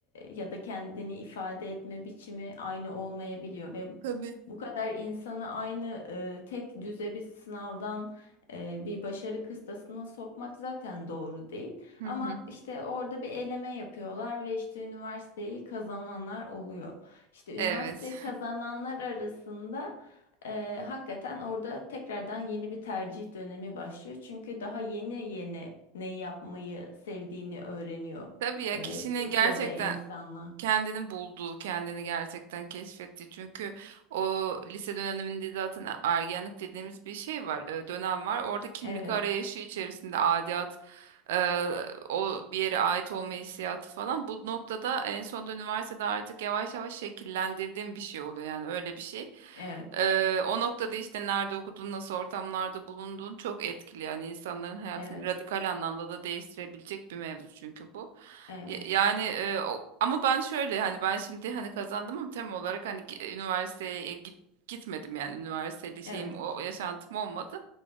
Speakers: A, on the left (about 85°); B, on the right (about 80°).
A: ya da kendini ifade etme biçimi aynı olmayabiliyor ve
B: Tabii.
A: bu kadar insanı aynı e, tek düze bir sınavdan e, bir başarı kıstasına sokmak zaten doğru değil.
B: Hı
A: Ama
B: hı.
A: işte orada bir eleme yapıyorlar ve işte üniversiteyi kazananlar oluyor. İşte üniversiteyi
B: Evet.
A: kazananlar arasında e, hakikaten orada tekrardan yeni bir tercih dönemi başlıyor. Çünkü daha yeni yeni neyi yapmayı sevdiğini öğreniyor
B: <laughs> Tabii ya
A: e,
B: kişinin
A: Türkiye'de
B: gerçekten
A: insanlar.
B: kendini bulduğu, kendini gerçekten keşfetti. Çünkü o lise döneminde zaten ergenlik dediğimiz bir şey var, e, dönem var. Orada kimlik
A: Evet,
B: arayışı içerisinde adiyat, e, o bir yere ait olma hissiyatı falan. Bu noktada en sonunda üniversitede artık yavaş yavaş şekillendirdiğim bir şey oluyor. Yani öyle bir şey.
A: evet,
B: E, o noktada işte nerede okudun, nasıl ortamlarda bulunduğun çok etkili. Yani insanların hayatını
A: evet,
B: radikal anlamda da değiştirebilecek bir mevzu çünkü bu.
A: evet,
B: Y- Yani e, o- ama ben şöyle hani ben şimdi hani kazandım ama tem olarak hani gi- üniversiteye e, git, gitmedim yani üniversiteli şeyim
A: evet.
B: o o yaşantım olmadı.